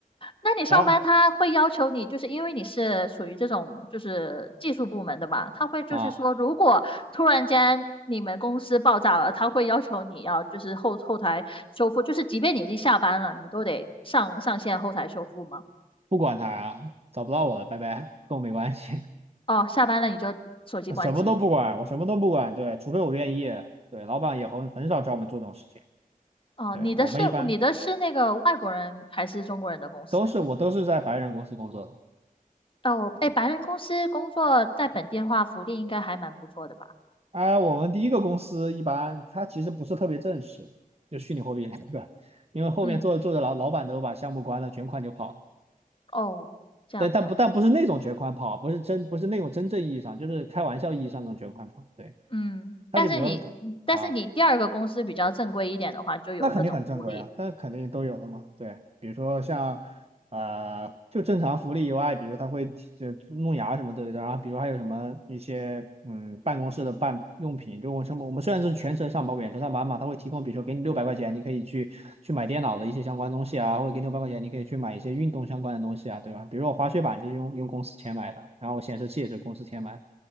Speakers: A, on the left; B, on the right.
A: 那你上班他会要求你，
B: 然后
A: 就是因为你是属于这种就是技术部门的嘛，他会就是说，
B: 啊。
A: 如果突然间你们公司爆炸了，他会要求你要就是后后台修复，就是即便你已经下班了，你都得上上线后台修复吗？
B: 不管他呀，找不到我了，拜拜，跟我没关系，
A: 哦，下班了你就手机关机。
B: <laughs> 我什么都不管，我什么都不管，对，除非我愿意，对，老板也很很少找我们做这种事情，
A: 哦，
B: 对，
A: 你的是你的是那个外国人还是中国人的公司？
B: 我们一般都是我都是在白人公司工作的，
A: 哦，哎，白人公司工作在本地的话，福利应该还蛮不错的吧？
B: 啊，我们第一个公司一般它其实不是特别正式，就虚拟货币那个，因为后面做着做着老老板都把项目关了，
A: 嗯，
B: 卷款就跑了，
A: 哦，这样子，
B: 对，但不但不是那种卷款跑，不是真不是那种真正意义上，就是开玩笑意义上那种卷款跑，对，
A: 嗯，但是你但是你第二个公司比较正规一点的话，
B: 他就比如说。他啊。
A: 就有各种福利。
B: 那肯定很正规啊，但肯定都有的嘛。对，比如说像呃，就正常福利以外，比如他会提就弄牙什么的，然后比如还有什么一些嗯办公室的办用品，就我什么我们虽然是全程上班远程上班嘛，他会提供，比如说给你六百块钱，你可以去去买电脑的一些相关东西啊，或者给你六百块钱，你可以去买一些运动相关的东西啊，对吧？比如说我滑雪板就是用用公司钱买的，然后我显示器也是公司钱买的，